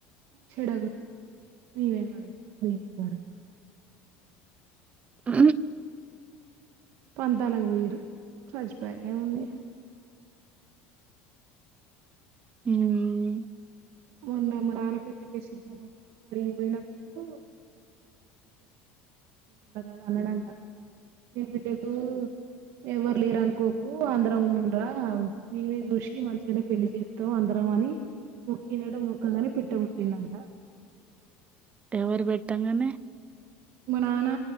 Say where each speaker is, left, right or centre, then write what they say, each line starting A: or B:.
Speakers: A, on the right (about 60°); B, on the right (about 25°).
A: చెడ కొట్ నవేనా నీవే గడగాలి
B: ఉమ్
A: పంతాలకు పోయిర్రు సచ్పోయ ఏమ్ ఉంది
B: ఊమ్
A: మొన్న మా నాన్న పై పెద్ద కేసు కొన్నాను మడి పోయినప్పుడు అందగా అన్నాడంట మీ బిడ్డకు ఎవరు లేరు అనుకోకు అందరమ్ ఉన్నాంరా నీవేస్ చూసి మంచిగనే పెళ్లి చేత్తం అందరం అని కిందట మొక్కగనే పిట్టముట్టిందట
B: ఎవరు పెట్టంగనే
A: మ నానా